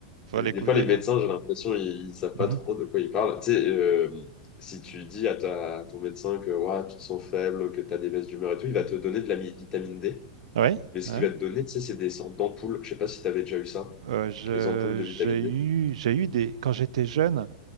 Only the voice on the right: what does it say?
faut
l'écouter.
Mhm.
Oui.
ouais.
Euh, je-
j'ai
eu j'ai eu des quand j'étais jeune,